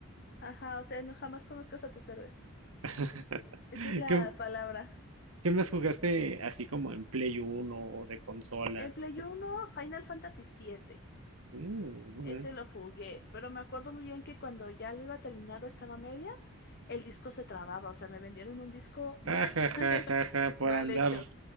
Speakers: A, on the left; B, on the right.
A: Ajá, o sea, no jamás conozcas a tus héroes.
B: <laughs>
A: Esa es la
B: ¿Qué,
A: palabra.
B: qué más jugaste así como en Play Uno o de consola?
A: En Play
B: Pues,
A: uno Final Fantasy siete
B: mm, ujú.
A: Ese lo jugué, pero me acuerdo muy bien que cuando ya lo iba a terminar o estaba a medias, el disco se trababa, o sea, me vendieron un disco
B: ah,
A: mal.
B: ja, ja,
A: <laughs>
B: ja, ja, por
A: Mal
B: andar,
A: hecho.